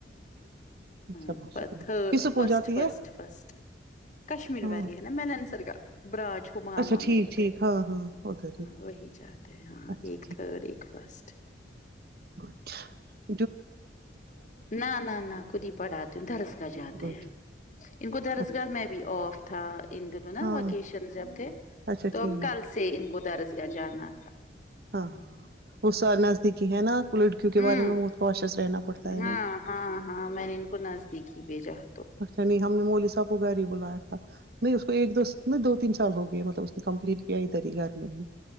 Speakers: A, on the right (about 55°); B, on the left (about 40°).
A: اچھا
B: ہ
A: ماشاء اللہ
B: تھ
A: کس اسکول
B: فسٹ
A: جاتی
B: فسٹ
A: ہے
B: فسٹ کشمیر
A: ہاں
B: والی ہے نا میں نےسر کا برانچ جھومکا
A: اچھا
B: <unintelligible> وہاں
A: ٹھیک
B: میں ادھر
A: ٹھیک
B: ہی
A: ہاں ہاں ادھر
B: ہاں
A: ہی
B: وہی جاتے ہیں ہاں
A: اچھا
B: ایک تھرڈ ایک فرسٹ
A: اچھا
B: نہ نہ نہ خود ہی پڑھاتے ہوں درسگاہ جاتے
A: گڈ
B: ہیں ان کو درسگاہ
A: اچھا
B: میں بھی آف تھا ان دنوں نا
A: ہاں
B: وکیشن جب تھے
A: اچھا
B: تو
A: ٹھیک
B: اب کل سے سے ان کو درسگاہ جانا تھا
A: ہاں وہ سر نزدیکی ہے نا لڑکیوں کے بارے
B: ہمم
A: میں بہت کوشس رہنا پڑتا ہے
B: ہاں
A: نا
B: ہاں ہاں میں نے ان کو نزدیک ہی بھیجا تو
A: اچھا نہیں ہم نے مولس گھر ہی بلایا تھا نہیں اس کو ایک دو نہیں دو تین سال ہو گئے مطلب اس نے کمپلیٹ کیا ادھر ہی گھر میں ہی